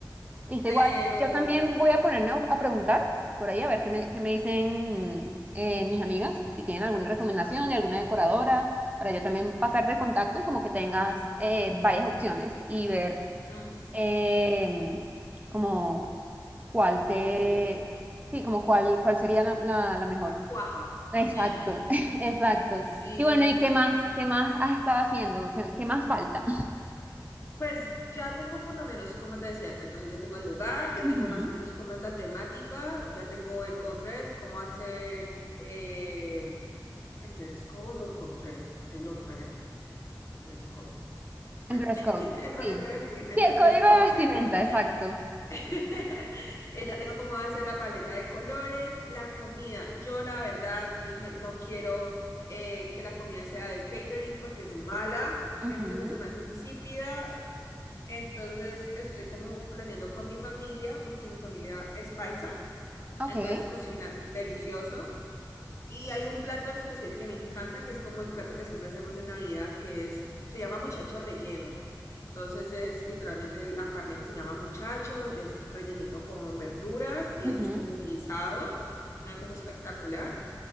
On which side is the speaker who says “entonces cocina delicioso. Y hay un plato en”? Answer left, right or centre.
Left